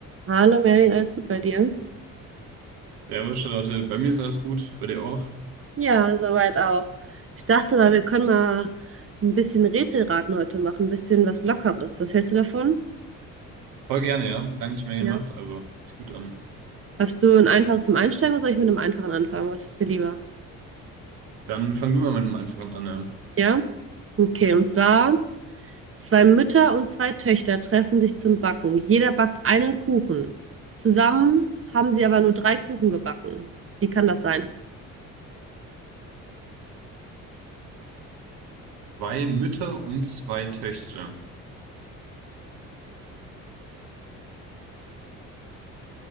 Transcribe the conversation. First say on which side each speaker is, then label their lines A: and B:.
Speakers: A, on the right; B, on the right.
A: Hallo Merlin, alles gut bei dir?
B: Servus, Charlotte. Bei mir ist alles gut, bei dir auch.
A: Ja, soweit auch. Ich dachte mal, wir können mal ein bisschen Rätselraten heute machen, ein bisschen was Lockeres. Was hältst du davon?
B: Voll gerne, ja. Lange nicht mehr gemacht,
A: Ja.
B: aber ist gut an.
A: Hast du ein einfaches zum Einsteigen oder soll ich mit einem einfachen anfangen? Was ist dir lieber?
B: Dann fang du mal mit einem einfachen an. Ja.
A: Ja? Okay,
B: Ja.
A: und zwar, zwei Mütter und zwei Töchter treffen sich zum Backen. Jeder backt einen Kuchen. Zusammen haben sie aber nur drei Kuchen gebacken. Wie kann das sein?
B: Zwei Mütter und zwei Töchter.